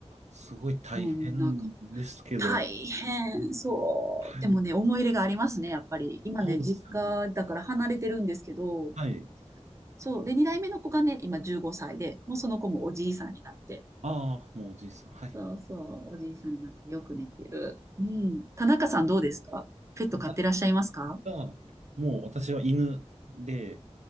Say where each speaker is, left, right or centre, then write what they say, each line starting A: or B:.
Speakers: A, on the right; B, on the right.
A: すごい大変ですけど。
B: そんなか、大変、そう。
A: はい。
B: でもね、思い入れがありますね、やっぱり。今ね、
A: そうですよね。
B: 実家だから離れてるんですけど、
A: はい。
B: そう。で、2代目の子がね、今15歳で、もうその子もおじいさんになって。
A: ああ、もうおじいさん。はい。
B: そうそう、おじいさんになってよく寝てる。うん。田中さんどうですかペット飼ってらっしゃいますか
A: 私が、もう私は犬で、